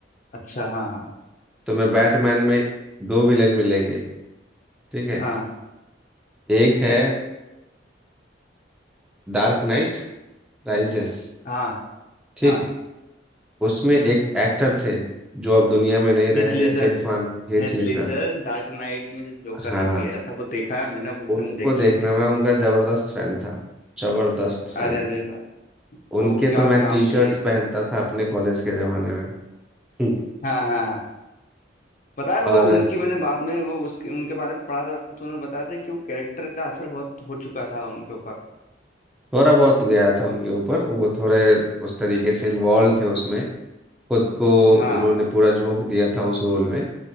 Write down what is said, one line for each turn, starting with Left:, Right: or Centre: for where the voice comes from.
Left: अच्छा हाँ हाँ
Centre: तुम्हें बैटमैन में दो विलेन मिलेंगे ठीक है
Left: हाँ
Centre: एक है डार्क नाइट राइजेस
Left: हाँ
Centre: ठीक
Left: हाँ
Centre: उसमें
Left: हम्म
Centre: एक एक्टर थे जो अब दुनिया में नहीं रहे
Left: Heath Ledger
Centre: जैसे इरफान हीथ
Left: Heath
Centre: लेजर
Left: Ledger Dark Knight में जो जोकर
Centre: हाँ
Left: का किया था वो देखा है मैंने वो
Centre: उनको
Left: फिल्म देखी
Centre: देखना
Left: है
Centre: मैं उनका जबरदस्त फैन था जबरदस्त
Left: अरे
Centre: फैन
Left: अरे भाई वो
Centre: उनके
Left: क्या
Centre: तो मैं
Left: काम
Centre: टी शर्ट्स
Left: किए थे
Centre: पहनता
Left: भाई
Centre: था अपने कॉलेज के जमाने में हम्म,
Left: हाँ हाँ हाँ। पता है वो
Centre: और
Left: उनकी मैंने बाद में वो उसके उनके बारे में पढ़ा था तो उन्होंने बताया था कि वो कैरेक्टर का असर बहुत हो चुका था उनके ऊपर
Centre: थोड़ा बहुत गया था उनके ऊपर वो थोड़े उस तरीके से इन्वॉल्व थे उसमें खुद को
Left: हाँ
Centre: उन्होंने पूरा झोंक दिया था उस रोल में